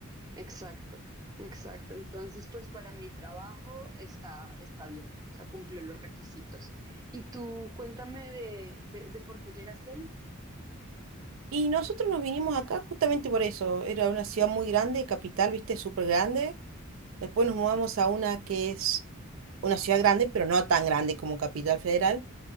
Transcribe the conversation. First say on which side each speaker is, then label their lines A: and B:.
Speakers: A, on the right; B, on the right.
A: Exacto, exacto. Entonces, pues para mi trabajo está, está bien, o sea, cumplió los requisitos. Y tú cuéntame de, de, de por qué llegaste ahí.
B: Y nosotros nos vinimos acá justamente por eso. Era una ciudad muy grande, capital, viste, súper grande. Después nos mudamos a una que es una ciudad grande, pero no tan grande como Capital Federal.